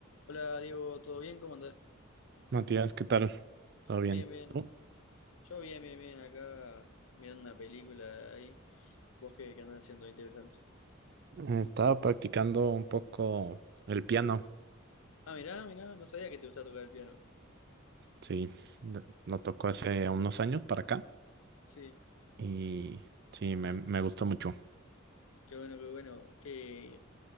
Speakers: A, on the left; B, on the right.
A: Hola Diego, ¿todo bien? ¿Cómo andás?
B: Matías, ¿qué tal? ¿Todo bien?
A: Bien, bien.
B: ¿Tú?
A: Yo bien, bien, bien. Acá mirando una película ahí. ¿Vos qué, qué andás haciendo? Interesante.
B: Eh, Estaba practicando un poco el piano,
A: Ah, mirá, mirá. No sabía que te gustaba tocar el piano.
B: sí, de- lo tocó hace unos años para acá
A: Sí,
B: y sí, me, me gustó mucho.
A: qué bueno, qué bueno. ¿Qué,